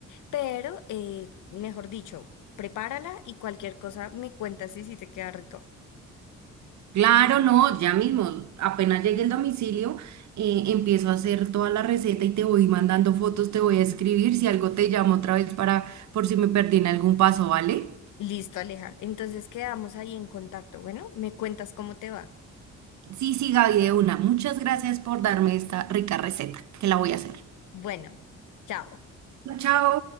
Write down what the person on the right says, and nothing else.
Claro, no, ya mismo, apenas llegue el domicilio, eh, empiezo a hacer toda la receta y te voy mandando fotos, te voy a escribir, si algo te llamo otra vez para, por si me perdí en algún paso, ¿vale?
Sí, sí, Gaby, de una. Muchas gracias por darme esta rica receta, que la voy a hacer.
Chao.